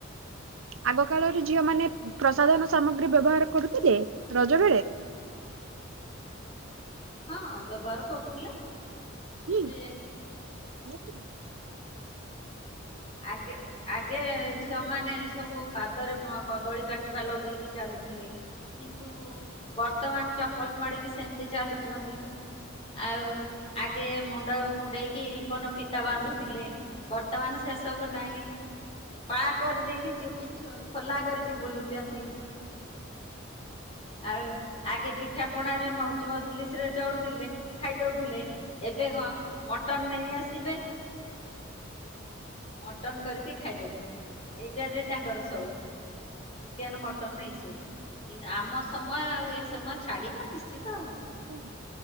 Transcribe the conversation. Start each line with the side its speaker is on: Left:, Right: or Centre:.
Right: ଆଗ କାଳରେ ଝିଅ ମାନେ ପ୍ରସାଧନ ସାମଗ୍ରୀ ବ୍ୟବହାର କରୁଥିଲେ ରଜ ବେଳେ
Left: ହଁ ବ୍ୟବହାର କରୁଥିଲେ।
Right: ହୁଁ
Left: ସିଏ
Right: <inaudible>
Left: ଆଗେ ଆଗେ ଝିଅ ମାନେ ସବୁ ପାଦରେ କଦଳୀ ପାଟୁକା ଲଗେଇକି ଚାଲୁ ଥିଲେ କିନ୍ତୁ ବର୍ତ୍ତମାନ ଚପଲ ମାଡିକି ସେମିତି ଚାଲୁଛନ୍ତି। ଆଉ ଆଗେ ମୁଣ୍ଡ କୁଣ୍ଡେଇକି ରିବନ ଫିତା ବାନ୍ଧୁଥିଲେ ବର୍ତ୍ତମାନ ସେ ସବୁ ନାଇଁ ସ୍ପା କରିଦେଇକି ଚୁଟି ଖୋଲା କରିକି ବୁଲୁଛନ୍ତି। ଆଉ ଆଗେ ପିଠା ପଣା ରେ ମଉଜ ମଜଲିସ ରେ ଚଳୁଥିଲେ ଖାଇ ଦଉଥିଲେ ଏବେ ହଁ ମଟନ ନେଇ ଆସିବେ। ମଟନ କରିକି ଖାଇଦେବେ ଏଇଟରେ ତାଙ୍କର ସଉକୁ। ଚିକେନ ମଟନ ଏଇ ସବୁ କି ଆମ ସମୟ ଆଉ ଏ ସମୟ ଛାଡିବ ନିଶ୍ଚିନ୍ତ ଆଉ।
Right: ହୁଁ